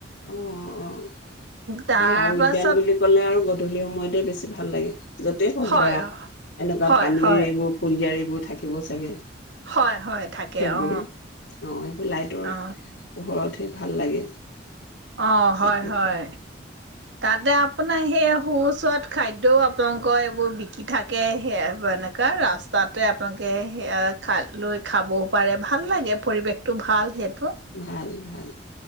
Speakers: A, on the left; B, on the right.
A: অ', অ'
B: তাৰপাছত
A: সেই আৰু উদ্যান বুলি ক'লে আৰু গধূলিসম সময়তে বেছি ভাল লাগে। য'তেই হওক
B: হয়
A: ধৰা এনেকুৱা
B: হয়
A: পানী
B: হয়
A: এইবোৰ ফুলজিয়াৰ বোৰ থাকিব চাগে।
B: হয় হয় থাকে
A: সেইবোৰ
B: অ
A: অ' সেইবোৰ লাইটৰ
B: অ
A: পোহৰত ভাল লাগে।
B: অ'
A: চাকি
B: হয়, হয়।
A: পোহৰ
B: তাতে আপোনাৰ সেই সুস্বাদ খাদ্যয়ও আপোনালোকৰ এইবোৰ বিকি থাকে খেবোৰ অনকা ৰস্ততে আপোনালোকে শৈয়া খলৈ খাবও পাৰে ভাল লাগে পৰিবেশ টো ভালহে।
A: ভাল, ভাল